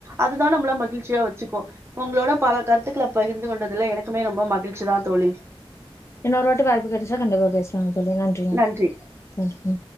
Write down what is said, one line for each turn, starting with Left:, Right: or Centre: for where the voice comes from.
Right: அதுதான் நம்மள மகிழ்ச்சியா வச்சுக்கோ உங்களோட பல கருத்துக்களை பகிர்ந்து கொண்டதுல எனக்கு மே ரொம்ப மகிழ்ச்சி தான் தோழி
Left: இன்னொரு வாட்டி வாய்ப்பு கெடைச்சா கண்டிப்பா பேசலாங் சொல்லி நன்றிங்க
Right: நன்றி
Left: நன்றி